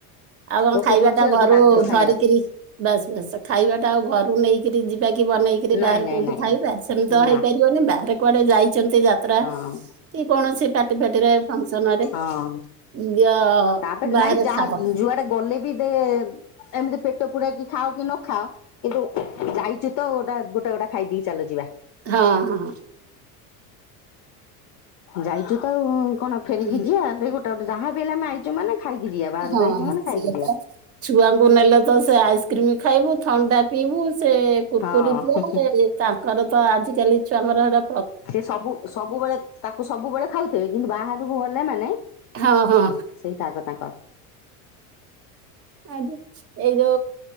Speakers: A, on the right (about 35°); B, on the left (about 45°).
A: ଆଉ ତମ
B: ଭୋକ
A: ଖାଇବା
B: କରୁଛି
A: ଟା
B: ଆଉ
A: ଘରୁ
B: ବାଧ୍ୟ ଖାଇବାକୁ।
A: ଧରିକିରି ଜି ଖାଇବା ଟା ଆଉ ଘରୁ ନେଇକରି ଯିବା କି ବନେଇକି
B: ନାଇଁ
A: ବାହାରେ
B: ନାଇଁ
A: କୋଉଠି
B: ନାଇଁ
A: ଖାଇବା ସେମିତି ତ
B: ନା
A: ହେଇପାରିବନି ବାହାରେ କୁଆଡେ ଯାଇଛନ୍ତି। ଯାତ୍ରା
B: ହଁ
A: କି କୌଣସି ପାର୍ଟି ଫାର୍ଟିରେ ଫଙ୍କସନ ରେ
B: ହଁ।
A: ଦିଅ
B: ତାପରେ
A: ବାହାରେ
B: ନାଇଁ ଯାହା
A: ଖାଅ।
B: ଯୁଆଡେ ଗଲେ ବି ଦେ ଏମିତି ପେଟ ପୁରାକି ଖାଅ କି ନ ଖାଅ କିନ୍ତୁ ଯାଇଛୁ ତ ଗୋଟେ ଗୋଟା ଖାଇଦେଇକି ଚାଲ ଯିବା।
A: ହଁ ହଁ।
B: ଯାଇଛୁ ତ ଆଉ କଣ ଫେରିକି
A: ହଁ
B: ଯିବା ଗୋଟେ ଗୋଟେ ଯାହା ବି ହେଲେ ଆମେ ଆଇଛୁ ଯଉମାନେ ଖାଇକି ଯିବା ବାହାରକୁ
A: ହଁ
B: ଆଇଛି ମାନେ ଖାଇକି
A: ସେଇଆ
B: ଯିବା।
A: ପରା। ଛୁଆଙ୍କୁ ନେଲେ ତ ସେ ଆଇସ୍କ୍ରିମ ଖାଇବୁ ଥଣ୍ଡା ପିଇବୁ ସେ କୁର୍କୁରି
B: ହଁ
A: ଦିଅଉଁ ମେନେ ତାଙ୍କର ତ ଆଜିକାଲି ଛୁଆଙ୍କର ହେଟ
B: ସେ ସବୁ ସବୁବେଳେ ତାକୁ ସବୁବେଳେ ଖାଉଥିବେ କିନ୍ତୁ ବାହାରକୁ ଗଲେ ମାନେ
A: ହଁ ହଁ।
B: ସେଇଟା ଆଗ ତାଙ୍କର।
A: ଆ ଏଇ ଯଉ